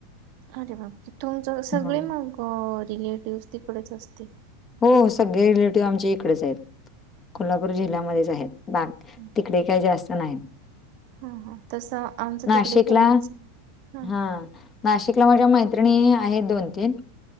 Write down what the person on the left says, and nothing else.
हं.
हो सगळे रिलेटिव्हज आमचे इकडेच आहेत कोल्हापूर जिल्ह्यामध्येच आहेत बा
तिकडे काही जास्त नाही.
नाशिकला
हा नाशिकला माझ्या मैत्रिणी आहेत दोन तीन